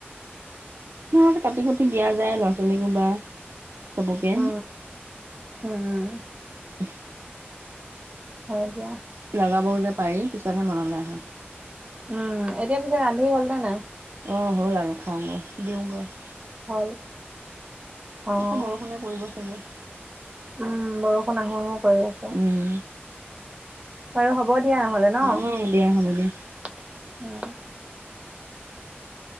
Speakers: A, on the right (about 75°); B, on the right (about 30°).
A: ঘৰত কাটি কুতি দিয়া যায় ল'ৰা ছোৱালীকো বা। চবকে।
B: উম উম উম।
A: <inaudible>
B: হয় দিয়া।
A: লগাবও যে পাৰি পিছতহে মনলৈ আহে।
B: অহ এতিয়া পিছে ৰান্ধি হল নে নাই
A: অ হ'ল আৰু খাওগৈ দিওগৈ
B: হ'ল অঁ।
A: আকৌ বৰষুণে পৰিব চাগে
B: উম বৰষুণ আহো আহো কৰি আছে
A: উম,
B: বাৰু হ'ব দিয়া নহ'লে ন
A: অ', দিয়া হ'ব দিয়া।
B: উম